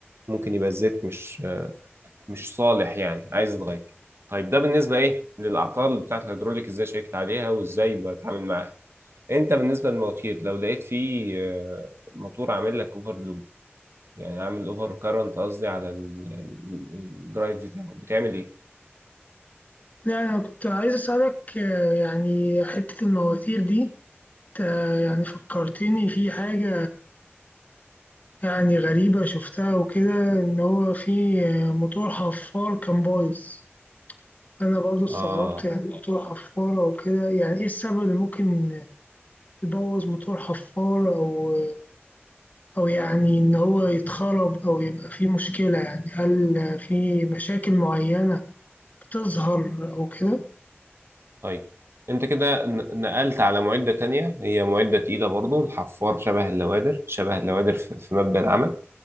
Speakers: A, on the right (about 70°); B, on the left (about 40°).
A: ممكن يبقى الزيت مش مش صالح يعني عايز يتغير طيب ده بالنسبة إيه للأعطال بتاعة الهيدروليك إزاي شيكت عليها وإزاي بتعامل معاها انت بالنسبه للمواتير لو لقيت فيه آه، موتور عامل لك اوفر لوب يعني عامل اوفر كارنت قصدي على ال- ال- الدرايف بتاعه بتعمل ايه
B: يعني أنا كنت عايز أسألك آه، يعني حتة المواتير دي انت يعني فكرتني في حاجة يعني غريبة شفتها وكده إن هو في آه، موتور حفار كان بايظ فأنا برضو استغربت
A: اه
B: يعني موتور حفار أو كده يعني إيه السبب اللي ممكن يبوظ موتور حفار أو أو يعني إن هو يتخرب أو يبقى فيه مشكلة يعني هل في مشاكل معينة بتظهر أو كده؟
A: طيب انت كده ن- نقلت على معدة تانية هي معدة تقيلة برضو الحفار شبه اللوادر شبه اللوادر في في مبدأ العمل